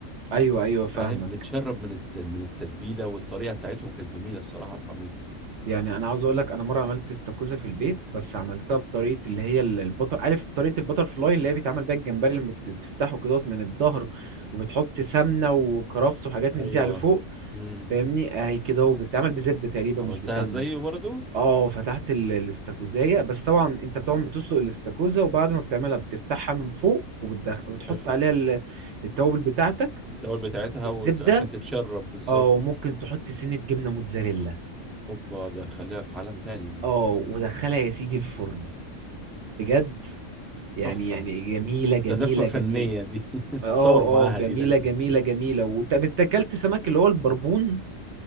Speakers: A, on the right (about 65°); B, in the centre.
A: ايوه ايوه فاهمك
B: فاهم متشرب من الت... من التتبيله والطريقه بتاعتهم كانت جميله الصراحه في عميله
A: يعني انا عاوز اقول لك انا مره عملت استاكوزا في البيت بس عملتها بطريقه اللي هي ال- البطر عارف طريقه البتر فلاي اللي هي بيتعمل بيها الجمبري لما بت- بتفتحه كده من الظهر وبتحط سمنه وكرفس وحاجات من
B: ايوه
A: دي على فوق
B: امم
A: فاهمني اهي كده وبتتعمل بزبده تقريبا
B: عملتها
A: مش بسمنه
B: زيه برضه
A: اه فتحت ال- الاستاكوزايه بس طبعا انت طبعا بتسلق الاستاكوزا وبعد ما بتعملها بتفتحها من فوق وبتدخ... وبتحط
B: حلو
A: عليها ال- التوابل بتاعتك
B: التوابل بتاعتها
A: والزبده
B: وت... عشان تتشرب بالظبط
A: اه ممكن تحط سنه جبنه موتزاريلا
B: اوبا ده خليها في عالم تاني دي
A: اه ودخلها يا سيدي الفرن بجد يعني
B: تحفه
A: يعني جميله جميله
B: ده تحفه فنيه
A: جميله
B: دي <laughs>
A: اه
B: تتصور معاها
A: اه جميله
B: دي لازم
A: جميله جميله وطب انت اكلت سمك اللي هو البربون